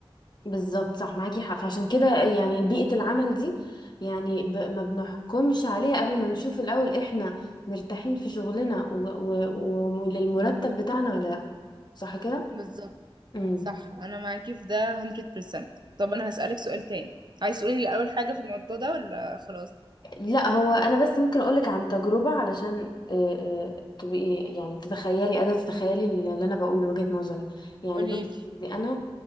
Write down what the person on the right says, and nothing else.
بالظبط
صح انا معاكي في ده 100% طب انا هسألك سؤال تاني عايز تقولي لي اول حاجة في الموضوع ده ولا خلاص
قولي
لي